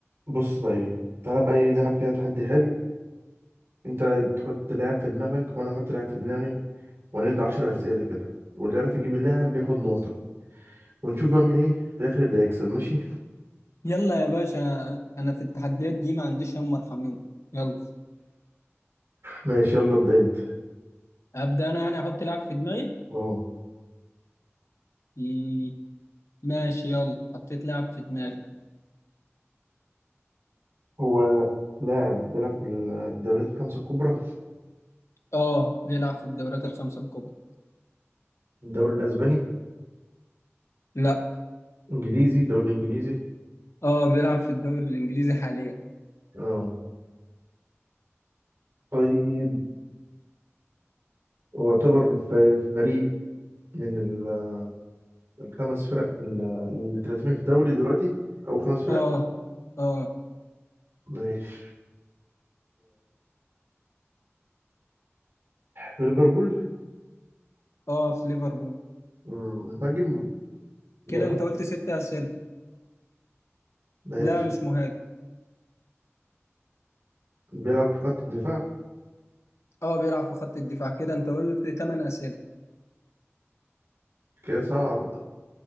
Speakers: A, on the right (about 65°); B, on the left (about 70°).
A: بص بقى ايه تعالى بقى ايه نلعب كده تحدي حلو انت تحط لاعب في دماغك وانا احط لاعب في دماغي وهنبدأ عشر اسئله كده واللي يعرف يجيب اللاعب بياخد نقطه ونشوف بقى مين ايه في الاخر اللي هيكسب ماشي
B: يلا يا باشا انا في التحديات دي ما عنديش هم مرحمين يلا
A: ماشي يلا ابدا انت
B: ابدا انا يعني احط لاعب في دماغي
A: اه
B: مم، ماشي يلا حطيت لاعب في دماغي
A: هو لاعب بيلعب في الدوريات الخمسه الكبرى
B: اه بيلعب في الدوريات الخمسة الكبرى
A: الدوري الاسباني
B: لا
A: انجليزي الدوري الانجليزي
B: اه بيلعب في الدوري الانجليزي حاليا
A: اه طيب هو يعتبر ف- فريق من ال- الخمس فرق ال- اللي مترتبين في الدوري دلوقتي او خمس فرق
B: اه اه
A: ماشي في ليفربول
B: اه في ليفربول
A: مم، مهاجم بيلعب
B: كده انت قلت ست اسئله
A: ماشي
B: لا مش مهاجم
A: بيلعب في خط الدفاع
B: اه بيلعب في خط الدفاع كده انت قلت ثمان اسئله
A: كده سبعة بقى